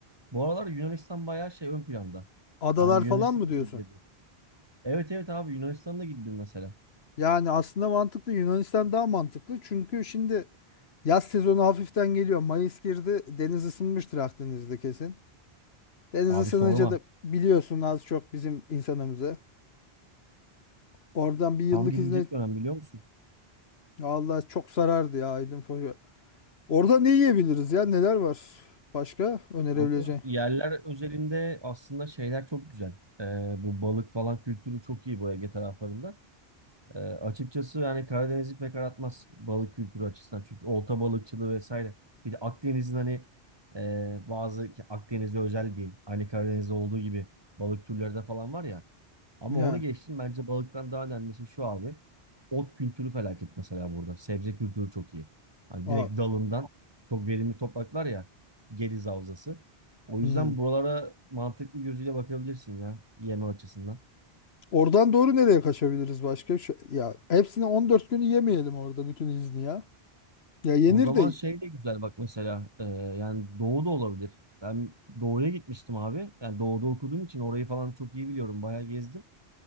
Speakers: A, on the right; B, on the left.
A: Bu aralar Yunanistan bayağı şey ön planda.
B: Adalar
A: Hani Yunanistan'a
B: falan mı diyorsun?
A: da gidilebilir. Evet evet abi Yunanistan'a da gidilir mesela.
B: Yani aslında mantıklı Yunanistan daha mantıklı. Çünkü şimdi yaz sezonu hafiften geliyor. Mayıs girdi. Deniz ısınmıştır Akdeniz'de kesin. Deniz
A: Abi
B: ısınınca
A: sorma.
B: da biliyorsun az çok bizim insanımızı. Oradan bir yıllık
A: Tam gidilecek
B: izne
A: dönem biliyor musun?
B: Allah çok sarardı ya Aydın Foça. Orada ne yiyebiliriz ya? Neler var? Başka önerebileceğin?
A: Kanka, yerler özelinde aslında şeyler çok güzel. Ee, bu balık falan kültürü çok iyi bu Ege taraflarında. Ee, açıkçası yani Karadeniz'i pek aratmaz balık kültürü açısından. Çünkü olta balıkçılığı vesaire. Bir de Akdeniz'in hani e, bazı ki Akdeniz'e özel diyeyim. Hani Karadeniz'de olduğu gibi balık türleri de falan var ya. Ama
B: Ya.
A: onu geçtim. Bence balıktan daha önemlisi şu abi. Ot kültürü felaket mesela burada. Sebze kültürü çok iyi. Hani
B: Aa,
A: direkt dalından çok verimli topraklar ya. Gediz Havzası. O
B: hmm.
A: yüzden buralara mantıklı gözüyle bakabilirsin ya yeme açısından.
B: Oradan doğru nereye kaçabiliriz başka? Şu, ya hepsini 14 günü yemeyelim orada bütün izni ya. Ya yenir
A: O zaman
B: de
A: şey de güzel bak mesela e, yani doğu da olabilir. Ben doğuya gitmiştim abi. Yani doğuda okuduğum için orayı falan çok iyi biliyorum. Bayağı gezdim.